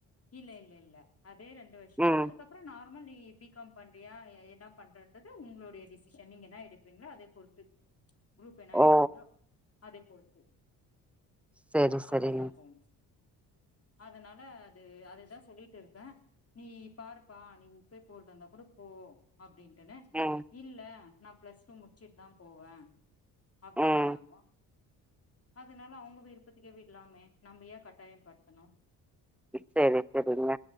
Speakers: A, on the left; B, in the centre.
A: இல்ல இல்ல இல்ல அதே ரெண்டு வருஷந்தா
B: ம்
A: அதுக்கப் புற நார்மல் நீ பிகாம் பண்றியா எ என்னா பண்றன்றது உங்ளுடைய டிசிஷன் நீங்க என்னா எடுக்றீங்ளோ அதை பொறுத்து க்ரூப் என்னா எடுக்றீங்களோ
B: ஓ
A: அதைப்பொறுத்து
B: செரி செரிங்க
A: அப்டிதா போனு அதனால அது அதுதா சொல்லிட்டு இருக்கே நீ பாருப்பா நீ உப்பே போறதா இந்தா கூட போ அப்டின் டனே
B: ம்
A: இல்ல நா ப்ளஸ் டூ முட்ச்சுட்தா போவ அப்டின்றாங்கோ
B: ம்
A: அதனால அவங்க விருப்பத்துக்கே விட்லாமே நம்ப ஏ கட்டாய பட்த்தணு
B: செரி செரிங்க